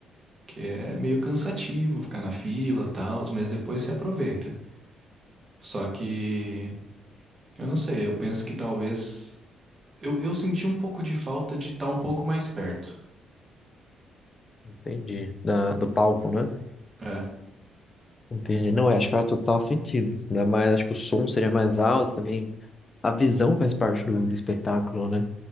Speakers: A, on the right (about 30°); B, on the left (about 30°).
A: que é meio cansativo ficar na fila, tal, mas depois se aproveita. Só que eu não sei, eu penso que talvez eu, eu senti um pouco de falta de estar um pouco mais perto.
B: Entendi. Da, do palco, né?
A: É,
B: Entendi. Não, é, acho que faz total sentido. Ainda mais, acho que o som seria mais alto também. A visão faz parte do, do espetáculo, né?